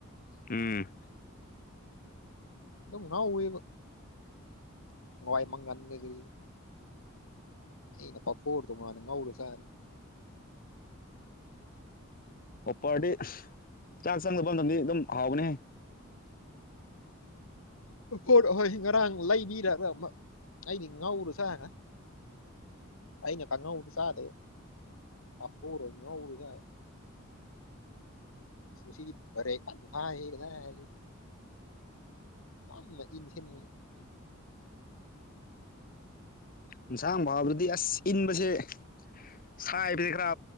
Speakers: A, on the left; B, on the left.
A: ꯎꯝ
B: ꯑꯗꯨꯝ ꯉꯥꯎꯋꯦꯕ ꯍꯋꯥꯏ ꯃꯪꯒꯟꯒ ꯀ ꯑꯩꯅ ꯄꯥꯐꯣꯔ ꯇꯣꯡꯉꯥꯟꯅꯤ ꯉꯧꯔꯨꯁꯥꯅꯤ
A: ꯑꯣꯄꯔꯗꯤ ꯆꯥꯛ ꯆꯪꯗꯕ ꯃꯇꯝꯗꯤ ꯑꯗꯨꯝ ꯍꯥꯎꯒꯅꯤ
B: ꯄꯣꯠ ꯍꯣꯏ ꯉꯔꯥꯡ ꯂꯩꯕꯤꯔꯒ ꯑꯩꯗꯤ ꯉꯥꯎꯔꯨ ꯁꯥꯥꯅ ꯑꯩꯅ ꯀꯪꯉꯧ ꯆꯥꯗꯕ ꯄꯐꯣꯔ ꯑꯣꯏꯅ ꯉꯧꯔ ꯆꯥꯏ ꯉꯁꯤꯗꯤ <unintelligible> ꯌꯥꯝꯅ ꯏꯟꯁꯤꯅꯤ
A: ꯏꯟꯁꯥꯡ ꯐꯥꯎꯕꯗꯤ ꯑꯁ ꯏꯟꯕꯁꯦ ꯁꯥꯏꯕꯁꯤ ꯈꯔ